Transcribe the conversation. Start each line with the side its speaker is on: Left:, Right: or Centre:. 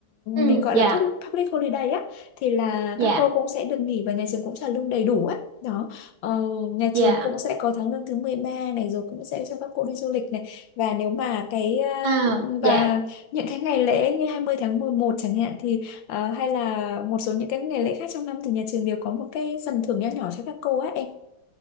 Right: ừ,
Left: mình gọi
Right: dạ,
Left: là pub- public holiday á thì là
Right: dạ,
Left: các cô cũng sẽ được nghỉ và nhà trường cũng trả lương đầy đủ á đó Ờ, nhà
Right: dạ,
Left: trường cũng sẽ có tháng lương thứ 13 này rồi cũng sẽ cho các cô đi du lịch này và nếu mà cái ờ,
Right: à, dạ.
Left: và những cái ngày lễ như 20 tháng 11 chẳng hạn thì ờ, hay là một số những cái ngày lễ khác trong năm thì nhà trường đều có một cái phần thưởng nho nhỏ cho các cô á em